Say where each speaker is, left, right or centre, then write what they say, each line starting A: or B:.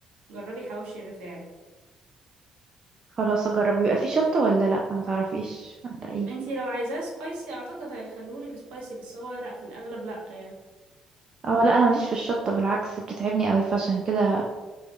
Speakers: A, on the right; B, on the right.
A: جربي حواوشي الرفاعي
B: خلاص اجرب بيبقى فيه شطة ولا لا ما تعرفيش ولا ايه
A: انتي لو عايزاه سبايسي أعتقد هيخلولك سبايسي بس هو لا في الأغلب لا يعني.
B: اه لا انا ماليش في الشطة بالعكس بتتعبني قوي فعشان كده